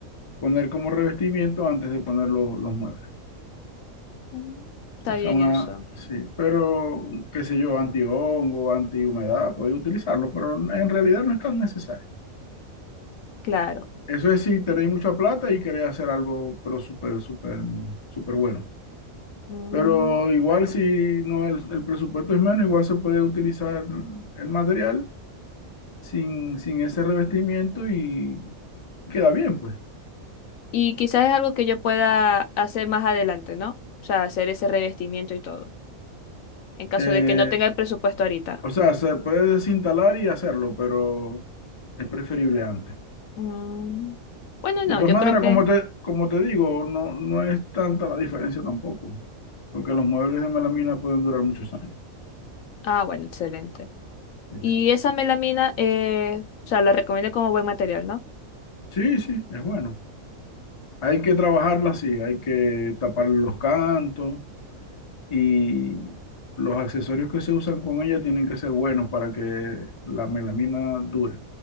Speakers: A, on the left (about 30°); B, on the left (about 75°).
A: poner como revestimiento antes de poner los, los muebles.
B: mm, está
A: O
B: bien
A: sea, una,
B: eso.
A: sí, pero qué sé yo, antihongo, antihumedad, podéis utilizarlo, pero en realidad no es tan necesario.
B: Claro.
A: Eso es si tenéis mucha plata y queréis hacer algo, pero súper, súper, súper bueno.
B: Mm,
A: Pero igual si no el, el presupuesto es menos, igual se puede utilizar el material sin, sin ese revestimiento y queda bien, pues.
B: Y quizás es algo que yo pueda hacer más adelante, ¿no? O sea, hacer ese revestimiento y todo. En caso
A: Eh,
B: de que no tenga el presupuesto ahorita.
A: o sea, se puede desinstalar y hacerlo, pero es preferible antes.
B: Mm, Bueno,
A: De
B: no,
A: todas
B: yo
A: maneras,
B: creo que.
A: como te, como te digo, no, no es tanta la diferencia tampoco, porque los muebles de melamina pueden durar muchos años.
B: Ah, bueno, excelente.
A: Sí,
B: Y esa melamina, eh, o sea, la recomiendo como buen material, ¿no?
A: sí, sí, es bueno. Hay que trabajarla así, hay que tapar los cantos y los accesorios que se usan con ella tienen que ser buenos para que la melamina dure.